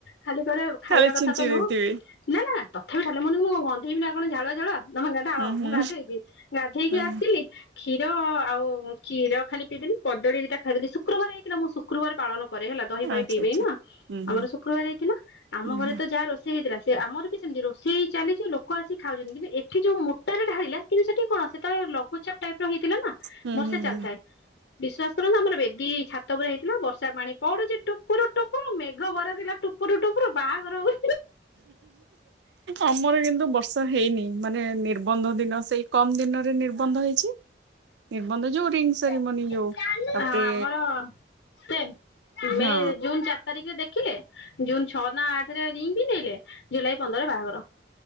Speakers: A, on the left; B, on the right.
A: ଖାଲି କହିଲେ ଖାଇବା
B: ଖାଲି ଛିଞ୍ଚି
A: କଥା ତ
B: ଦେଇଥିବେ
A: ନୁହଁ। ନାଁ ନାଁ ନାଁ ତଥାପି ଢାଳିଲେ ମୁଁ ଅନି ମୁଁ କଁ ଗନ୍ଧେଇବି ନା କଣ ଝାଳୁଆ ଝାଳୁଆ। ତମେ ଗା ଢାଳ
B: ହୁଁ ହୁଁ
A: ମୁଁ ଗାଧେଇବି। ଗାଧେଇକି
B: ହୁଁ
A: ଆସିଲି କ୍ଷୀର ଆଉ ଚୀର ଖାଲି ପିଇଦେଲି, କଦଳୀ ଦିଟା ଖାଇଦେଲି, ଶୁକ୍ରବାର ହେଇଥିଲା ମୁଁ ଶୁକ୍ରୁବାର ପାଳନ କରେ ହେଲା ଦହି ଫହି
B: ଆଚ୍ଛା
A: ପିଇହୁଏନି
B: ଆଚ୍ଛା।
A: ନା
B: ହୁଁ ହୁଁ
A: ଆମର ଶୁକ୍ରବାର ହେଇଥିଲା, ଆମ
B: ହୁଁ
A: ଘରେ
B: ହୁଁ।
A: ତ ଯାହା ରୋଷେଇ ହେଇଥିଲା ସେ ଆମର ବି ସେମିତି ରୋଷେଇ ଚାଲିଚି ଲୋକ ଆସିି ଖାଉଚନ୍ତି କିନ୍ତୁ ଏଠି ଯୋଉ ମୋଟାରେ ଢାଳିଲା କିନ୍ତୁ ସେଠି କଣ ସେତଳେ ଲଘୁଚାପ ଟାଇପ୍ ର ହେଇଥିଲା ନାଁ
B: ହୁଁ
A: ବର୍ଷା
B: ହୁଁ
A: ଚାଲଥାଏ।
B: ହୁଁ
A: ବିଶ୍ଵାସ କରନ୍ତୁ ଆମର ବେଦୀ ଛାତ ଓପରେ ହେଇଥିଲା, ବର୍ଷା ପାଣି ପଡ଼ୁଚି ଟୁପୁରୁ ଟୁପୁରୁ, ମେଘ ବରଷିଲା ଟୁପରୁ ଟୁପରୁ ବାହାଘର ହଉ
B: ଆମର କିନ୍ତୁ ବର୍ଷା ହେଇନି ମାନେ ନିର୍ବନ୍ଧ ଦିନ ସେଇ କମ୍ ଦିନରେ ନିର୍ବନ୍ଧ ହେଇଚି। ନିର୍ବନ୍ଧ ଯୋଉ ରିଙ୍ଗ ସେରିମନି
A: ହଁ
B: ଯୋଉ ତାପରେ
A: ଆମର ସେମ୍ ମେ
B: ହଁ
A: ଜୁନ୍ ଚାରି ତାରିକ୍ ରେ ଦେ ଖିଲେ ଜୁନ ଛଅ ନା ଆଠରେ ରିଙ୍ଗ୍ ପିନ୍ଧେଇଲେ ଜୁଲାଇ ପନ୍ଦରରେ ବାହାଘର।